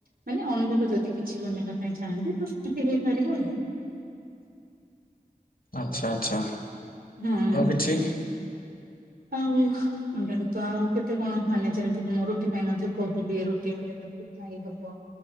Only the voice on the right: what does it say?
ମାନେ ଅଧକୁ ଯଦି କିଛି ବନେଇବା ପାଇଁ ଚାହାଁନ୍ତି ତ ସେମିତି ହେଇପାରିବ ଆଉ।
ହଁ
ଆଉ ଅଣ୍ଡା ରୁତ ଆଉ କେତେ କଣ ମାନେ ଯେମିତି କି ମୁଁ ରୁଟି ପାଇଁ ମଧ୍ୟ କହିଲି ରୁଟି ମ ଖାଇ ହବ